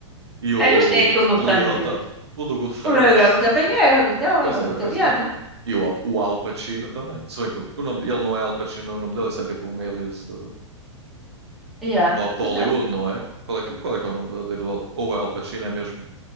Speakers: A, on the right; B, in the centre.
A: E o,
B: É, Eles têm aquilo no
A: o
B: sangue
A: Liotta, o do Goodfellas.
B: O Reliota também é, então,
A: Pois
B: é
A: é, pois
B: italiano.
A: é. E o, o Al Pacino também. Se bem que o o nome, ele não é Al Pacino, o nome dele, isso é tipo um alias de
B: Yeah,
A: para para
B: mas
A: Hollywood,
B: tá.
A: não é? Qual é que, qual é que é o nome verdadeiro do Al Pacino? Ou é Al Pacino, é mesmo